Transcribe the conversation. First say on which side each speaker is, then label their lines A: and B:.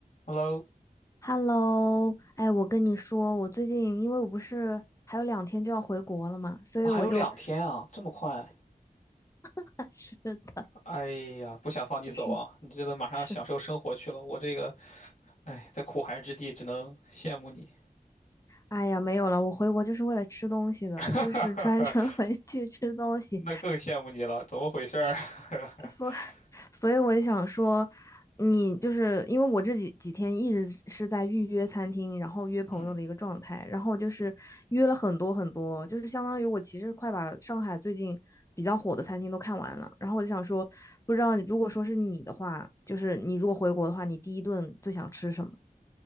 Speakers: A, on the left; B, on the left.
A: Hello，
B: Hello，哎，我跟你说，我最近因为我不是还有两天就要回国了嘛，所以我就，
A: 啊还有两天啊，这么快？
B: <laughs> 是的，
A: 哎呀，不想放你走啊！
B: 是，
A: 你这都马上要享受生活去了，
B: 是，
A: 我这个，哎，在苦寒之地只能羡慕你。
B: 哎呀，没有了，我回国就是为了吃东西的，
A: <laughs>
B: 就是专程回去吃东西，
A: 那更羡慕你了，怎么回事儿？<laughs>
B: 所。所以我就想说，你就是因为我这几几天一直是在预约餐厅，然后约朋友的一个状态，
A: 嗯，
B: 然后就是约了很多很多，就是相当于我其实快把上海最近比较火的餐厅都看完了。然后我就想说，不知道如果说是你的话，就是你如果回国的话，你第一顿最想吃什么？